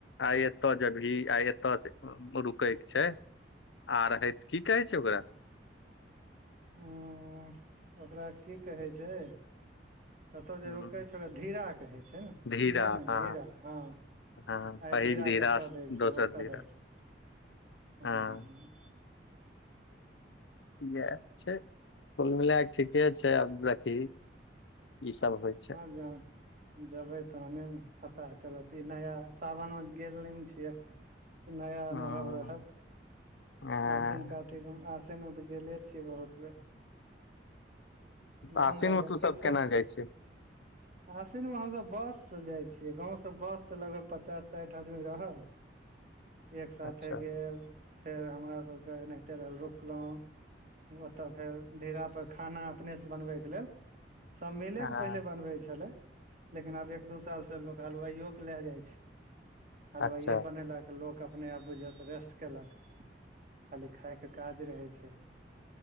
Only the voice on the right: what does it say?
हूँ उ ओकरा की कहै छै कतहु जे
रुकै छै ओकरा धीरा कहै छै,
नै नै
धीरा, हा
आइ
धीरा कतय दैक
छै ओत
दैक छै
हूँ
जा। जेबै तखने ने पता चलत, इ नया, सावनमे गेल नहि ने छियै नया अनुभव
रहत,
आसिन कात तिक, आसिन मे त गेले छियै बहुत बेर मोन
लागत
किछो
आसिनमे हमसब बससे जाइ छियै, गावसे बस से लगभग पचास साठि आदमी रहल। एक साथे
गेल, फेर हमरा सभके एनाहिते रहल रुकलहूँ ओ त फेर धीरा पर खाना अपने से बनबैके लेल, सभ मिलेके
बनवै छलै, लेकिन आब एक दु साल से लोक हलवाइयो के लए जाइ छैय हलवाइये
बनेलकऽ लोक अपने आप बुझियौ त रेस्ट केलक, खाली खाइके काज रहै छै